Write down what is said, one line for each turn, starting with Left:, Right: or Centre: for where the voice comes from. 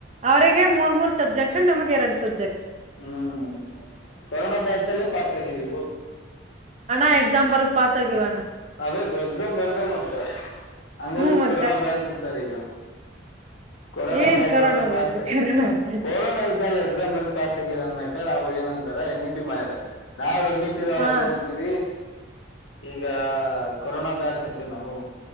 Right: ಅವರಿಗೆ ಮೂರ್ ಮೂರ್ ಸಬ್ಜೆಕ್ಟ್ ನಮಗೆ ಎರಡು ಸಬ್ಜೆಕ್ಟ್
Left: ಹ್ಮ್ ಕೊರೋನಾ ಬ್ಯಾಚ್ಚ್ಲ್ಲ ಪಸ್ ಆಗಿರು
Right: ನ ಎಕ್ಸಾಮ ಬತ ಪಾಸ ಕಿಣ್ಣ
Left: ಅದ ಎಕ್ಸಾಮ್ ಬರದ ಮತ್ತೆ ಹಂಗಾಗಿ
Right: ಹ್ಮ್ ಮತ್ತ
Left: ಕೊರೋನಾ ಬ್ಯಾಚ್ ಅಂತಾರ ಈಗ ಕೊರೋನಾ
Right: ಏನ್
Left: ಬ್ಯಾಚ್
Right: corona
Left: ಒಳಗ pass
Right: batch corona batch
Left: corona ಇದ್ದಾಗ ಎಕ್ಸಾಮ್ ಬರದ ಪಾಸ್ ಆಗಿರ ಅನ್ನಕ ಅವ್ರರು ಏನ ಅಂತಾರ ಎನ್ ಇ ಪಿ ಮಾಡಾರ ನಾವವು ಎಣ್ಣಿಪ್ಪಿದ ಒಳಗೆ
Right: ಹಾ
Left: ಏನಂತೀವಿ ಈಗ ಕೊರೋನಾ ಬ್ಯಾಚ್ ಅಂತೀವಿ ನಾವು